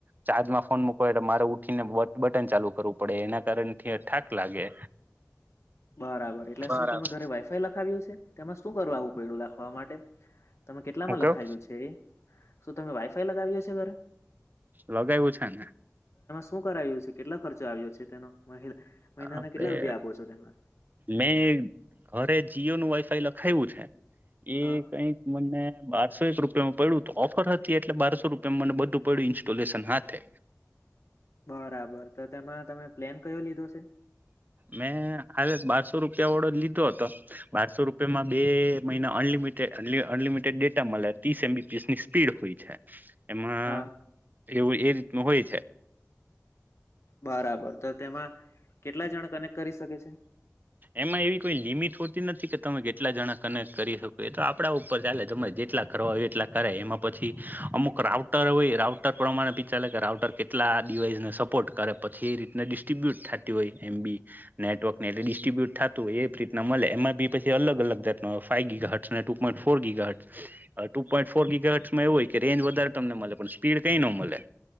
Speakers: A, on the right; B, on the left.
A: ચાર્જ માં ફોન મુકવા હોય તો મારે ઉઠી ને બટન ચાલુ કરવું પડે એના કારણ કે ઠાક લાગે
B: બરાબર એટલે
A: હું
B: શું તમે ઘરે વાઈફાઈ લખાવ્યું છે તેમાં શું કરવા આવું પયડું લખવા માટે <inaudible> તમે કેટલામાં લખાવ્યું
A: કેવ
B: છે એ શું તમે વાઈફાઈ લગાવ્યોછે જગર
A: લગાયવું છે ને
B: હુ કરાયું છે કેટલા ખર્ચો આવ્યો છે તેનો મહિનાને
A: આપડે
B: કેટલા રૂપિયા આપો છો તેમના
A: મેં ઘરે જીઓ નું વાઈફાઈ લખાયવું છે. એ
B: હા
A: કઈક મને બારસો એક રૂપિયામાં પડ્યું. ઓફર હતી એટલે બારસો રૂપિયામાં મને બધું પડ્યું ઇન્સ્ટોલેશન હાથે.
B: બરાબર તો તેમાં તમે પ્લેન કયો લીધો છે?
A: મેં બારસો રૂપ રૂપિયાવાળો લીધો હતો, બારસો રૂપિયામાં બે મહિના અનલિમટેડ અનલિમિટેડ ડેટા મળે ત્રીસ એમ બી પી એસ ની સ્પીડ હોય છે. એમાં
B: હા
A: એવું એજ હોય છે.
B: બરાબર તો તેમાં, કેટલા જણા કનેક્ટ કરી શકે છે?
A: એમાં એવી કોઈ લિમિટ હોતી નથી કે તમે કેટલા જણા કનેક્ટ કરી શકો એ તો આપડા ઉપર ચાલે તમેં જેટલા કરવા હોય એટલા કરે એમાં પછી અમુક રાઉટર હોય રાઉટર પ્રમાણે પી ચાલે કે રાઉટર કેટલા ડડીવાઈસને સપોર્ટ કરે પછી એ રીતને ડિસ્ટ્રીબ્યુટ થતી હોય એમ બી, નેટવર્કને ટી્બયુટ થાતું એવી રીતના મળે એમાં બી પછી અલગ અલગ જાત ફાઈવ ગીગા હટસ અને ટુ પોઈન્ટ ફોર ગીગા હટ. ટુ પોઇન્ટ ગીગા હર્ટસ માં એવું હોય કે રેન્જ વધારે તમને મળે, પણ સ્પીડ કઈ ન મળે